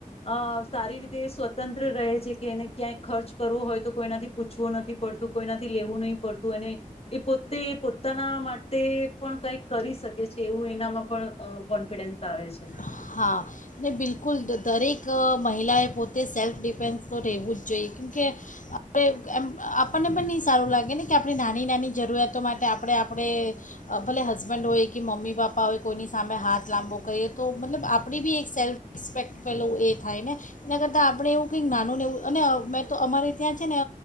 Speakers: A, on the left; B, on the left.
A: અ સારી રીતે સ્વતંત્ર રહે છે કે એને ક્યાંય ખર્ચ કરવો હોય તો કોઈનાથી પૂછવું નથી પડતું કોઈનાથી લેવું નહીં પડતું અને એ પોતે પોતાના માટે પણ કંઈક કરી શકે છે એવું એનામાં પણ કોન્ફિડન્સ આવે છે.
B: હા ને બિલકુલ દરેક મહિલાએ પોતે સેલ્ફ ડિફેન્સ તો રહેવું જ જોઈએ કેમકે આપણે એમ આપણને પણ નહીં સારું લાગે ને કે આપણી નાની નાની જરૂરિયાતો માટે આપણે આપણે ભલે હસબન્ડ હોય કે મમ્મી પપ્પા હોય કોઈની સામે હાથ લાંબો કરીએ તો મતલબ આપણી બી એક સેલ્ફ રિસ્પેક્ટ પેલું એ થાય ને એના કરતાં આપણે એવું કંઈક નાનું નેવું અને મેં તો અમારે ત્યાં છે ને